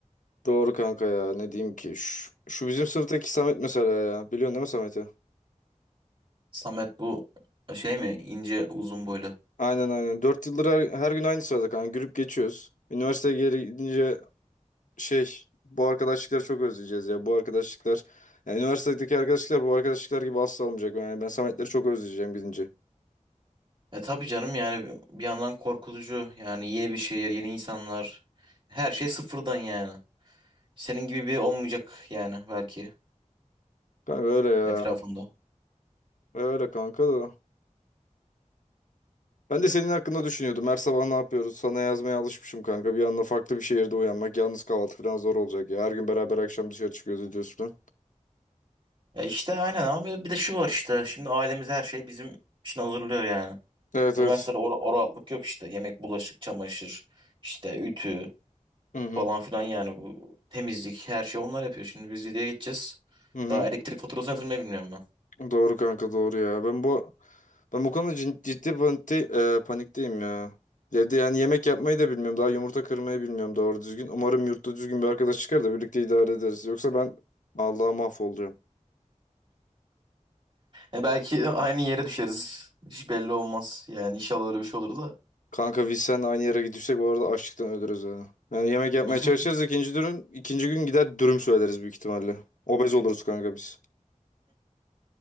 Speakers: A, on the left; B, on the right.
A: Doğru kanka ya. Ne diyeyim ki? Şu, şu bizim sınıftaki Samet mesela ya. Biliyorsun değil mi Samet'i?
B: Samet bu şey mi? ince uzun boylu.
A: Aynen aynen. Dört yıldır her, her gün aynı sırada kanka. Gülüp geçiyoruz. Üniversiteye geri gidince şey bu arkadaşlıkları çok özleyeceğiz ya. Bu arkadaşlıklar yani üniversitedeki arkadaşlıklar bu arkadaşlıklar gibi asla olmayacak. Yani ben Sametleri çok özleyeceğim gidince.
B: E tabii canım yani bir yandan korkutucu. Yani yeni bir şehir, yeni insanlar. Her şey sıfırdan yani. Senin gibi biri olmayacak yani belki
A: Kanka öyle ya.
B: etrafında.
A: Öyle kanka da. Ben de senin hakkında düşünüyordum. Her sabah ne yapıyoruz? Sana yazmaya alışmışım kanka. Bir anda farklı bir şehirde uyanmak. Yalnız kahvaltı falan zor olacak ya. Her gün beraber akşam dışarı çıkıyoruz ediyoruz falan.
B: Ya işte aynen ama bir de şu var işte. Şimdi ailemiz her şey bizim için hazırlıyor yani.
A: Evet
B: Üniversitede
A: evet.
B: o, o rahatlık yok işte. Yemek, bulaşık, çamaşır, işte ütü
A: Hı hı.
B: falan filan yani bu temizlik her şey onlar yapıyor. Şimdi biz videoya geçeceğiz.
A: Hı hı.
B: Daha elektrik faturasını yatırmayı bilmiyorum ben.
A: Doğru kanka doğru ya. Ben bu Ben bu konuda cin- ciddi panikte- e, panikteyim ya. Evde yani yemek yapmayı da bilmiyorum. Daha yumurta kırmayı bilmiyorum doğru düzgün. Umarım yurtta düzgün bir arkadaş çıkar da birlikte idare ederiz. Yoksa ben Allah'a mahvoluyorum.
B: E belki aynı yere düşeriz. Hiç belli olmaz. Yani inşallah öyle bir şey olur da.
A: Kanka biz sen aynı yere gidirsek bu arada açlıktan ölürüz ya. Yani yemek yapmaya
B: <laughs>
A: çalışırız ikinci dürüm. ikinci gün gider dürüm söyleriz büyük ihtimalle. Obez oluruz kanka biz.